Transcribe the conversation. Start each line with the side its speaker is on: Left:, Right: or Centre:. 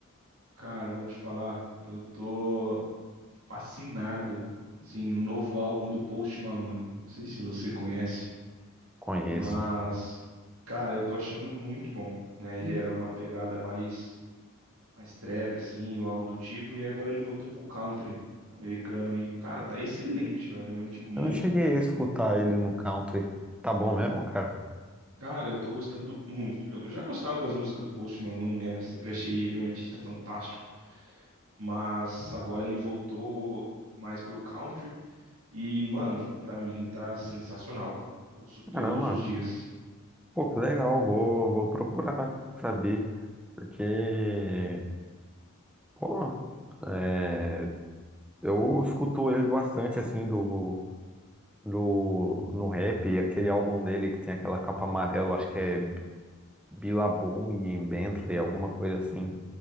Right: Cara, vou te falar, eu tô fascinado, assim, no novo álbum do Post Malone. Não sei se você conhece,
Centre: Conheço.
Right: mas, cara, eu tô achando muito bom, né? Ele era uma pegada mais, mais trap, assim, ou algo do tipo, e aí agora ele voltou pro country americano e, cara, tá excelente, velho. Eu indico muito.
Centre: Eu não cheguei a escutar ele no country. Tá bom mesmo, cara?
Right: Cara, eu tô gostando muito. Eu já gostava das músicas do Post Malone, né? Sempre achei ele um artista fantástico. mas agora ele voltou mais pro country e, mano, pra mim tá sensacional. Ouço todos
Centre: Caramba,
Right: os dias.
Centre: pô, que legal, vou, vou procurar saber, porque Pô, é, eu escuto ele bastante assim do, do no rap, aquele álbum dele que tem aquela capa amarela, acho que é Billabong e Bentley, alguma coisa assim.